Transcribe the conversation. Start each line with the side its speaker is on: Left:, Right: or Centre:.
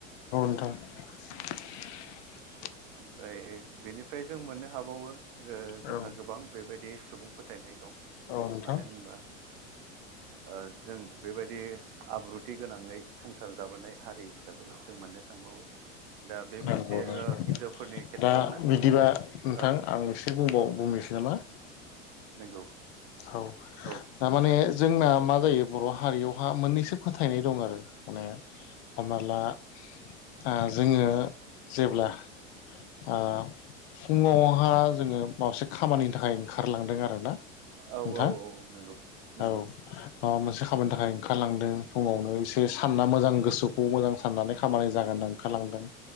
Left: <unintelligible>
Right: <inaudible> फ्राय बिनिफ्राय जों मोननो हाबावो ओ जोंहा
Left: औ
Right: गोबां बेबायदि सुबुं फोथायनाय दं
Left: नोंथां
Right: मानो होनबा ओ जों बेबायदि आब्रुथि गोनाङै संसार जाबोनाय हारि हिसाबै जों मोननो थांबावो दा बे
Left: नंगौ
Right: मोनसे
Left: नंगौ
Right: ओं हिनजावफोरनि खेथ्रआवनो
Left: दा बिदिबा नोंथां
Right: औ
Left: आं इसे बुंबाव बुंनोसै नामा?
Right: नंगौ।
Left: औ
Right: औ
Left: थारमाने
Right: थारैनो
Left: जोंना मा जायो बर' हारियावहा मोननैसो फोथायनाय दं आरो माने हमना ला आ जोङो जेब्ला आ फुङावहा जोङो माखासे खामानिनि थाखाय ओंखारलांदों आरोना।
Right: औ
Left: नोंथां
Right: औ औ नंगौ नंगौ
Left: औ। माबा मोनसे खामानि थाखाय ओंखारलांदों फुङावनो इसे सानना मोजां गोसो <unintelligible> साननानै खामानि जागोन ओंखारलांदों